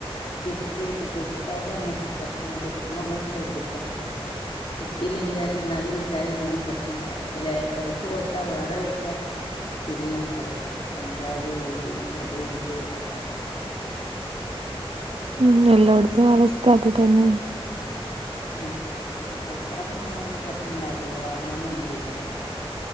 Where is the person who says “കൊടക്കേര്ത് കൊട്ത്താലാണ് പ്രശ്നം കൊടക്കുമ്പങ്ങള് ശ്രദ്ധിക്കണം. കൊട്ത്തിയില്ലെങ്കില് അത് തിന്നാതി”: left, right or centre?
Left